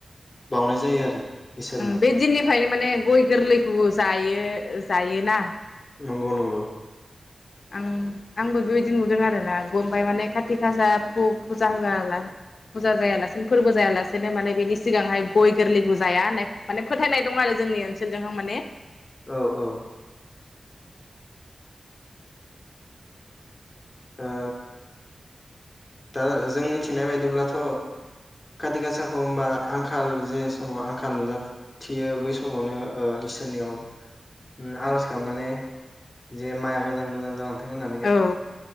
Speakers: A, on the left; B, on the left.
A: बावउनाय जायो आरो इसोरनो
B: ओ बे दिननिफ्रायनो माने गय गोरलैखौ जायो जायो ना
A: नंगौ नंगौ
B: आं आंबो बेबायदि नुदों आरोना ओमफ्राय माने खाारथि खाासा फुजा होआला फुजा जायालासेनो फोरबो जायालासेनो माने बेनि सिगांहाय गय गोरलैखौ जाया होननाय माने फोथायनाय दं आरो जोंनि ओनसोल <unintelligible> माने
A: औ औ ओ दा जों मिथिनाय बायदिब्लाथ' खाथि गासाखौ होमबा आंखाल जे समाव आंखाल नुजाथियो बै समावनो ओ इसोरनियाव उम आर'ज गाबनानै जे माइआ मोजां मोजां जालांथों जों होननानै
B: औ